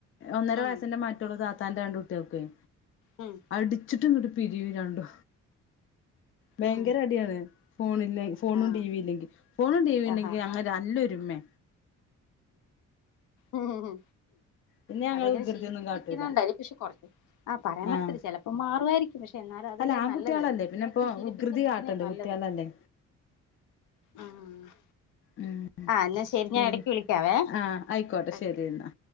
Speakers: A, on the left; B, on the left.
A: ഒന്നര
B: ഉം
A: വയസിന്റെ മാറ്റ് റ്റൊള്ളു താത്താൻന്റെ രണ്ട് കുട്ട്യാൾക്കെയ്
B: ഉം
A: അടിച്ചിട്ട്ങ്ങട്ട് പിരിയും രണ്ടു, ഭയങ്കര
B: ഉം
A: അടിയാണ് ഫോണിന്നേയ് ഫോണും
B: ആഹ്
A: ടി വി ഇല്ലെങ്കി, ഫോണും ടിവി ണ്ടെങ്കിൽ
B: ആഹ് ആഹ്
A: ഞങ്ങള് നല്ലൊരുമേ
B: ആഹ്
A: പിന്നെ ഞങ്ങൾ
B: അതങ്ങനെ
A: വികൃതിയൊന്നും
B: ശീലിപ്പിച്ചിരിക്കുന്നണ്ടാ
A: കാട്ടൂല
B: യിരിക്കും, പക്ഷെ കുറച്ച് ആ പറയാൻ പറ്റത്തില്ല
A: ആഹ്
B: ചെലപ്പം മാറുവായിരിക്കും പക്ഷെ, എന്നാലും അതല്ലേ
A: അല്ല ആൺകുട്ടികളല്ലേ
B: നല്ലത്, ഇപ്പഴേ
A: പിന്നെ ഇപ്പോ
B: ഒക്കെ ശീലിപ്പിക്കാതിരിക്കുന്നയ
A: വികൃതി കാട്ടണ്ടേ
B: നല്ലത്
A: കുട്ടികളല്ലേ
B: ആഹ്
A: ഉം
B: എന്നാ ശരി
A: പിൻ
B: ഞാൻ ഇടക്ക് വിളിക്കാവേ
A: ആഹ് ഐക്കോട്ടെ
B: ഓക്കെ
A: ശരി എന്നാ